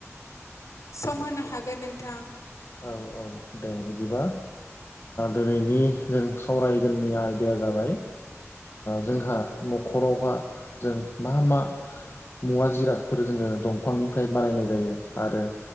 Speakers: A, on the left; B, on the left.
A: सम होनो हागोन नोंथां
B: औ औ दे बिदिबा दिनैनि जों सावरायगोननि आयदाया जाबाय जोंहा न'खरावहा जों मा मा मुवा जिराद जों दंफांनिफ्राय बारानायनाय जायो आरो